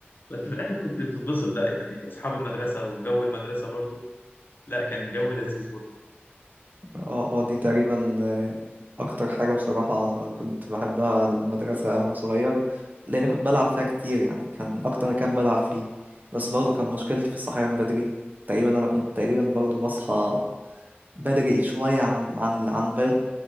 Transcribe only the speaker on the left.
بس في الاخر كنت بتتبسط بقى يعني اصحاب المدرسة وجو المدرسة برضو لا كان جو لذيذ برضو